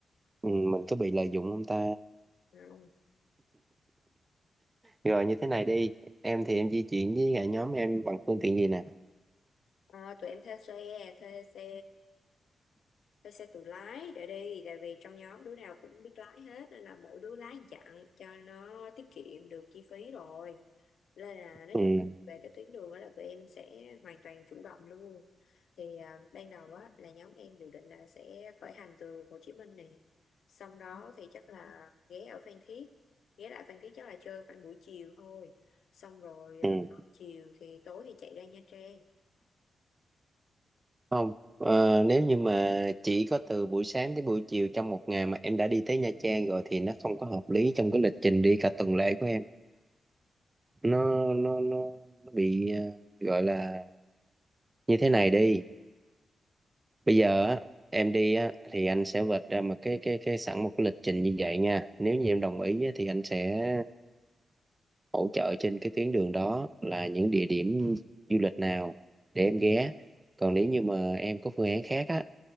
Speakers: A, on the right; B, on the left.
A: Ừ, mình có bị lợi dụng không ta?
B: không
A: Rồi như thế này đi. Em thì em di chuyển với cả nhóm em bằng phương tiện gì nè?
B: Ờ, tụi em thuê xe thuê xe tôi sẽ tự lái để đi tại vì trong nhóm đứa nào cũng biết lái hết nên là mỗi đứa lái dặn cho nó tiết kiệm được chi phí rồi nên là nói
A: Ừ,
B: chung về cái tuyến đường đó là tụi em sẽ hoàn toàn chủ động luôn thì à, ban đầu á là nhóm em dự định là sẽ khởi hành từ Hồ Chí Minh nè xong đó thì chắc là ghé ở Phan Thiết ghé lại Phan Thiết chắc là chơi khoảng buổi chiều thôi xong rồi
A: ừ.
B: à, chiều thì tối thì chạy ra Nha Trang
A: không ờ, nếu như mà chỉ có từ buổi sáng tới buổi chiều trong một ngày mà em đã đi tới Nha Trang rồi thì nó không có hợp lý trong cái lịch trình đi cả tuần lễ của em nó nó nó, nó bị ờ, gọi là như thế này đi bây giờ á em đi á thì anh sẽ vạch ra một cái cái cái sẵn một cái lịch trình như vậy nha nếu như em đồng ý á, thì anh sẽ hỗ trợ trên cái tuyến đường đó là những địa điểm du lịch nào để em ghé còn nếu như mà em có phương án khác á